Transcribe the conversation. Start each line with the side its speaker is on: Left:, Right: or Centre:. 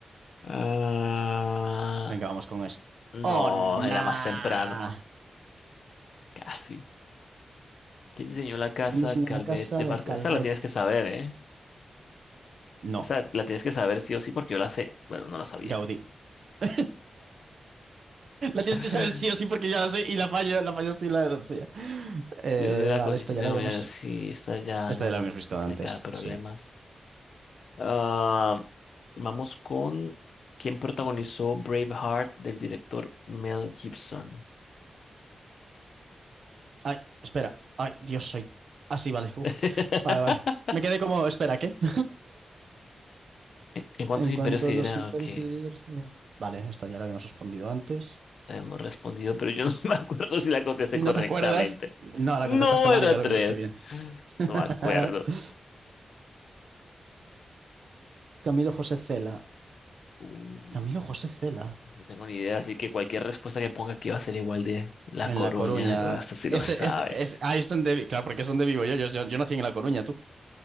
Left: Ah,
Right: Venga, vamos con esto.
Left: no,
Right: Oh, nah.
Left: era más temprano. Casi. ¿Quién diseñó la casa
Right: ¿Quién diseñó
Left: Calvet
Right: la casa
Left: de
Right: de
Left: Bart?
Right: Calvet?
Left: Esta la tienes que saber, ¿eh?
Right: No,
Left: Esta la tienes que saber sí o sí porque yo la sé. Bueno, no la sabía.
Right: Gaudí. <laughs> La tienes
Left: <laughs>
Right: que saber sí o sí porque ya la sé y la fallo, la fallo estoy la desgracia. Eh,
Left: Dios de la
Right: vale,
Left: cosecha
Right: esta ya
Left: se
Right: la
Left: comía.
Right: habíamos...
Left: Sí, esta ya
Right: Esta
Left: no
Right: ya
Left: te,
Right: la habíamos visto
Left: no
Right: antes,
Left: te queda problemas.
Right: sí.
Left: Ah, vamos con quién protagonizó Braveheart del director Mel Gibson.
Right: Ay, espera. Ay, Dios, soy... Ah, sí, vale. Uf.
Left: <laughs>
Right: Vale, vale. Me quedé como... Espera, ¿qué? <laughs>
Left: ¿En en cuántos
Right: En
Left: imperios
Right: cuanto
Left: se
Right: a
Left: dirá?
Right: los imperios
Left: Ok,
Right: se dividen... Vale, esta ya la habíamos respondido antes.
Left: la hemos respondido, pero yo no <laughs> me acuerdo si la contesté
Right: ¿No
Left: correctamente.
Right: te acuerdas? No, la
Left: No,
Right: contestaste mal
Left: era
Right: y yo la
Left: tres.
Right: contesté bien.
Left: No
Right: <laughs>
Left: me acuerdo.
Right: Camilo José Cela.
Left: Uh,
Right: Camilo José Cela.
Left: no tengo ni idea, así que cualquier respuesta que ponga aquí va a ser igual de La
Right: En
Left: Coruña.
Right: La Coruña.
Left: Hasta si
Right: Este,
Left: lo sabe.
Right: es, es, ahí es donde... vi- Claro, porque es donde vivo yo. Yo, yo, yo nací en La Coruña, tú.